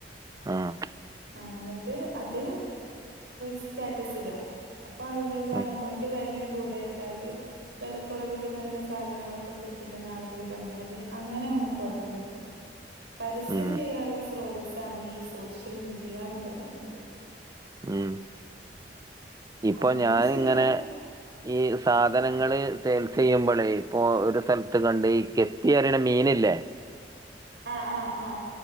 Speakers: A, on the right; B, on the right.
A: ആഹ്
B: ആ എന്നിട്ട് അത് സ്റ്റാറ്റസ് ഇടുക അപ്പൊ ആളുകള് കാണുമ്പോ
A: ഉം
B: അതിന്റെ വിലയും കൂടെ ഇട്ടാല് വിലക്കുറവില് നല്ല സാധനങ്ങളൊക്കെ കിട്ടണത് ആളുകൾ കണ്ടാല് അങ്ങനെ നമ്മുക്ക് ഓർഡർ കിട്ടും പരസ്യം
A: ഉം
B: ചെയ്യാനുള്ള സ്രോതസ്സാണ് ഈ സോഷ്യൽ മീഡിയ എന്ന് പറയുന്നത്
A: ഉം
B: അപ്പൊ
A: ഇപ്പൊ
B: അങ്ങനൊക്കെ
A: ഞാനിങ്ങനെ
B: ചെയ്യാ.
A: ഈ സാധനങ്ങള്
B: ആഹ്
A: സെയിൽസ് ചെയ്യുമ്പളേ ഇപ്പൊ ഒരു സ്ഥലത്ത് കണ്ട് ഈ ഗപ്പി എറിയണ മീനില്ലേ
B: ആഹ് ആഹ് ആഹ്